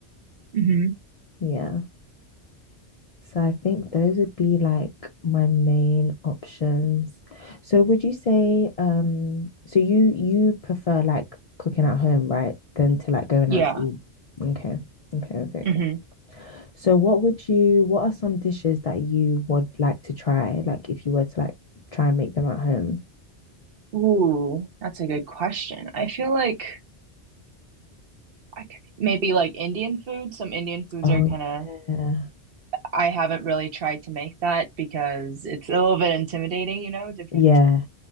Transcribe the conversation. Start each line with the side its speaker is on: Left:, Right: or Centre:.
Right: hmm
Left: Yeah. So I think those would be like my main options. So would you say um so you you prefer like cooking at home, right? Than to like going
Right: Yeah.
Left: out to eat. Okay. Okay, okay, okay.
Right: hmm
Left: So what would you what are some dishes that you would like to try, like if you were to like try and make them at home?
Right: Ooh, that's a good question. I feel like I could maybe like Indian food. Some Indian foods
Left: Oh
Right: are kind of,
Left: yeah.
Right: I haven't really tried to make that because it's a little bit intimidating, you know, different.
Left: Yeah,